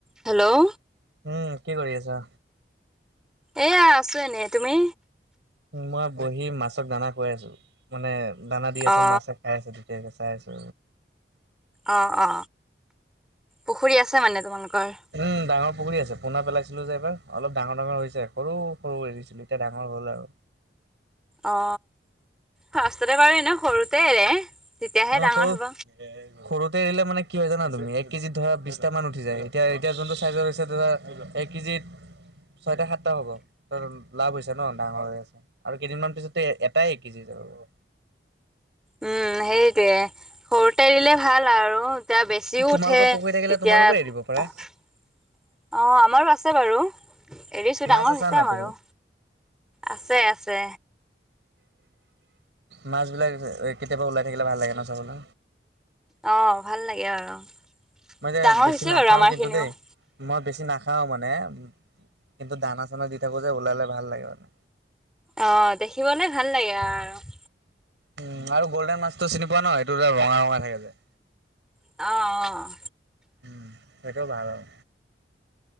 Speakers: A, in the centre; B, on the right.
A: Hello,
B: উম, কি কৰি আছা?
A: এইয়া আছো এনেই তুমি?
B: মই বহি মাছক দানা খুৱাই আছো মানে দানা দি আছো
A: অ
B: মাছে খাই আছে। তেতিয়াকে চাই আছো।
A: অ-অ পুখুৰী আছে মানে তোমালোকৰ,
B: উম, ডাঙৰ পুখুৰী আছে পোনা পেলাইছিলো যে এইবাৰ অলপ ডাঙৰ-ডাঙৰ হৈছে। সৰু-সৰু এৰিছিলো এতিয়া ডাঙৰ হ'ল আৰু।
A: অ, ফাৰ্ষ্টতে বাৰু এনে সৰুতে এৰে তেতিয়াহে
B: অ,
A: ডাঙৰ
B: সৰু
A: হ'ব
B: সৰুতে এৰিলে মানে কি হয় জানা তুমি এক কেজিত ধৰা বিছটামান উঠি যায়। এতিয়া এতিয়া যোনটো চাইজৰ হৈছে ধৰা এক কেজিত ছয়টা সাতটা হ'ব ত লাভ হৈছে, ন ডাঙৰ হৈ আছে। আৰু কেইদিনমান পিছত এটাই এক কেজি হৈ যাব।
A: উম, সেইটোয়ে সৰুতে দিলে ভাল আৰু এতিয়া বেচিও
B: তোমালোকৰ
A: উঠে
B: পুখুৰী
A: তেতিয়া
B: থাকিলে তোমালোকে
A: অ,
B: এৰিব পাৰা
A: আমাৰো আছে বাৰু এৰিছো
B: মাছ
A: ডাঙৰ
B: আছা
A: হৈছে
B: নাই
A: আমাৰো
B: পুখুৰীত?
A: আছে-আছে।
B: মাছবিলাক কেতিয়াবা ওলাই থাকিলে ভাল লাগে ন চাবলে।
A: অ, ভাল লাগে আৰু
B: মই যে
A: ডাঙৰ
B: বেছি
A: হৈছে
B: নাখাওঁ
A: বাৰু আমাৰ
B: কিন্তু
A: খিনিও।
B: দেই মই বেছি নাখাওঁ মানে কিন্তু দানা চানা দি থাকোঁ যে ওলালে ভাল লাগে মানে।
A: অ, দেখিবলে ভাল লাগে আৰু।
B: উম আৰু গল্ডেন মাছটো চি পোৱা ন, এইটোত ৰঙা-ৰঙা থাকে যে।
A: অ, অ,
B: উম, সেইটোও ভাল আৰু।